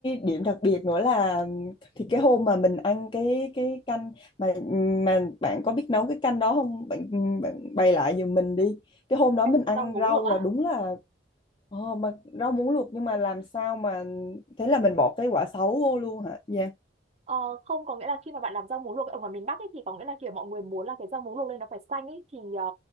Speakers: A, on the left; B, on the right.
A: điểm đặc biệt nữa là thì cái hôm mà mình ăn cái cái canh mà mà bạn có biết nấu cái canh đó không bạn bạn bày lại giùm mình đi cái hôm đó
B: anh
A: mình ăn
B: rau muống
A: rau
B: luộc á
A: là đúng là ờ, mà rau muống luộc nhưng mà làm sao mà thế là mình bỏ cái quả sấu vô luôn hả Dạ
B: Ờ, không có nghĩa là khi mà bạn làm rau muống luộc ở ngoài miền Bắc ấy, thì có nghĩa là kiểu mọi người muốn là cái rau muống luộc lên nó phải xanh ấy thì ờ,